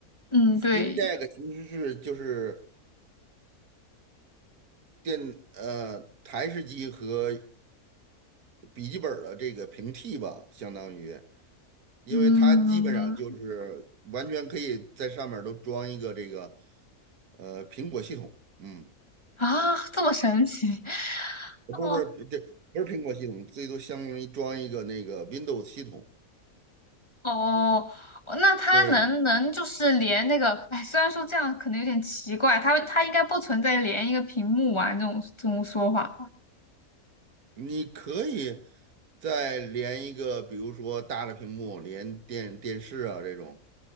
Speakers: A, on the left (about 20°); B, on the right (about 80°).
A: 嗯，
B: Steam
A: 对，
B: Deck 其实是就是电呃台式机和笔记本儿的这个平替吧，相当于，因为它基本上就是完全可以在上面儿都装一个这个
A: 嗯
B: 呃苹果系统，嗯，
A: 啊，这么神奇。<laughs>
B: 不是不是，
A: 哦，
B: 这不是苹果系统，最多相当于装一个那个 Windows 系统。
A: 哦，哦那他能能就是连那个，
B: 对，
A: 哎，虽然说这样可能有点奇怪，他他应该不存在连一个屏幕玩这种这种说法
B: 你可以再连一个，比如说大的屏幕，连电电视啊这种，